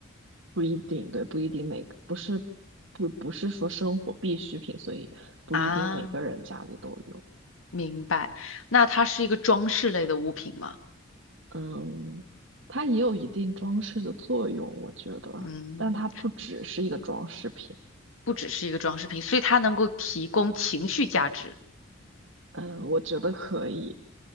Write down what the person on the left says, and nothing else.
啊？明白。那它是一个装饰类的物品吗？
嗯。
不只是一个装饰品，所以它能够提供情绪价值。